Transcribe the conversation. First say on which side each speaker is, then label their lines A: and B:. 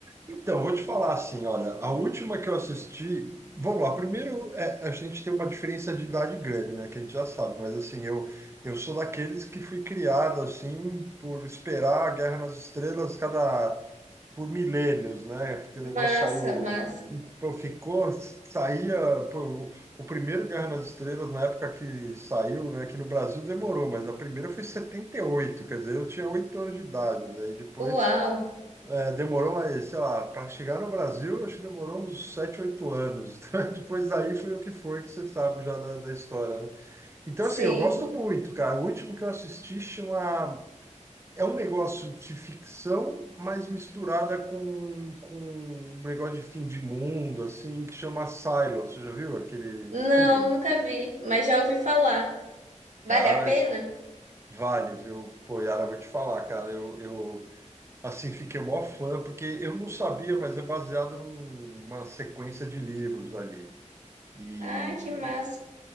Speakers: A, on the right (about 20°); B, on the right (about 70°).
A: Então, vou te falar assim, olha, a última que eu assisti, vamos lá, primeiro é, a gente tem uma diferença de idade grande, né, que a gente já sabe, mas assim, eu, eu sou daqueles que fui criado, assim, por esperar a Guerra nas Estrelas cada, por milênios, né, porque o negócio
B: Massa,
A: saiu,
B: massa.
A: pô, ficou, saía, pô, o primeiro Guerra nas Estrelas, na época que saiu, né, aqui no Brasil demorou, mas a primeira foi em setenta e oito quer dizer, eu tinha oito anos de idade, daí depois...
B: Uau,
A: É, demorou, mas sei lá, para chegar no Brasil, acho que demorou uns 7, 8 anos. <laughs> Depois daí foi o que foi, que você sabe já da, da história, né? Então,
B: sim.
A: assim, eu gosto muito, cara. O último que eu assisti chama. É um negócio de ficção, mas misturada com, com um negócio de fim de mundo, assim, que chama Silo. Você já viu aquele
B: Não,
A: Silo?
B: nunca vi, mas já ouvi falar. Vale
A: Cara,
B: a pena?
A: vale, viu? Pô, Yara, eu vou te falar, cara. Eu, eu Assim, fiquei mó fã, porque eu não sabia, mas é baseado num- numa sequência de livros ali. E,
B: Ah, que massa.